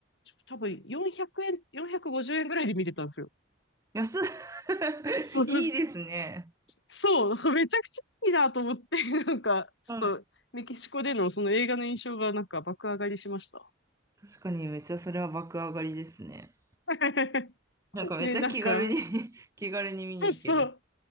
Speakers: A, on the left; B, on the right.
A: 多分400円、450円ぐらいで見れたんですよ。
B: 安っ <laughs>
A: <laughs> そう
B: いいですね。
A: そう、<laughs> めちゃくちゃいいなと思って、<laughs> なんか、ちょっと、
B: はい。
A: メキシコでのその映画の印象がなんか爆上がりしました。
B: 確かにめっちゃそれは爆上がりですね。
A: <laughs>
B: なんかめっちゃ気軽に
A: ね、なんか、
B: <laughs> 気軽に見に行ける。
A: そうそう、